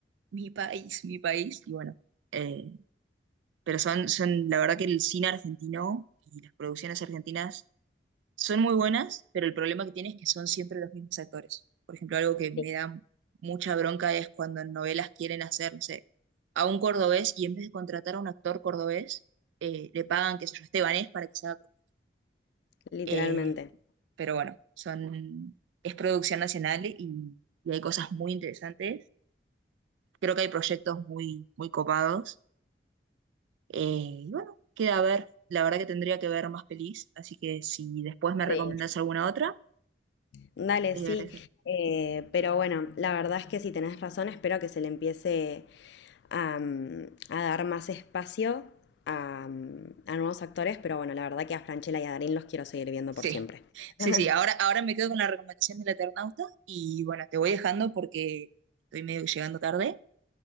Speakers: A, on the right; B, on the left.
A: mi país, mi país, y bueno, eh, pero son, son, la verdad que el cine argentino y las producciones argentinas son muy buenas, pero el problema que tiene es que son siempre los mismos actores. Por ejemplo, algo que me
B: Sí,
A: da mucha bronca es cuando en novelas quieren hacer, no sé, a un cordobés y en vez de contratar a un actor cordobés, eh, le pagan, qué sé yo, estebanés para que se haga. cordobés.
B: literalmente.
A: eh, pero bueno, son, es producción nacional y, y hay cosas muy interesantes. Creo que hay proyectos muy, muy copados Eh, y bueno, queda a ver. La verdad que tendría que ver más pelis, así que si después me recomendás
B: Sí.
A: alguna otra,
B: Dale,
A: te
B: sí.
A: voy a agradecer.
B: eh, pero bueno, la verdad es que si tenés razón, espero que se le empiece a, mm, a dar más espacio a, mm, a nuevos actores, pero bueno, la verdad que a Franchella y a Darín los quiero seguir viendo
A: Sí,
B: por siempre.
A: sí,
B: <laughs>
A: sí. Ahora, ahora me quedo con la recomendación del Eternauta y bueno, te voy dejando porque estoy medio que llegando tarde